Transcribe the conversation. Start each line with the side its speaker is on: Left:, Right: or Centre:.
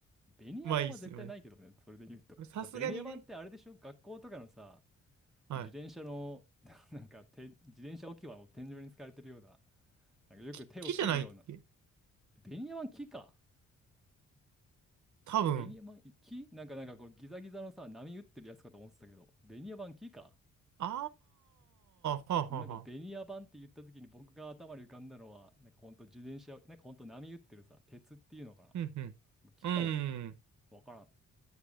Centre: ベニヤ板は絶対ないけどね、
Right: まあいいっすね。まあいいっ
Centre: それで言うと。
Right: すさすがにね。
Centre: だベニヤ板ってあれでしょ学校とかのさ、
Right: はい。
Centre: 自転車の、<laughs> なんかて、自転車置き場を天井に使われてるような、なんかよく手を切るような。
Right: き、木じゃないっけ
Centre: ベニヤ板木か
Right: 多分。
Centre: ベニヤ板木なんかなんかこうギザギザのさ、波打ってるやつかと思ってたけど、ベニヤ板木か
Right: あー、はあはあはあ。
Centre: なんかベニヤ板って言った時に僕が頭に浮かんだのは、なんかほんと自転車、なんかほんと波打ってるさ、鉄っていうのかな
Right: うんうん。
Centre: 木かも。
Right: うーん。
Centre: わからん。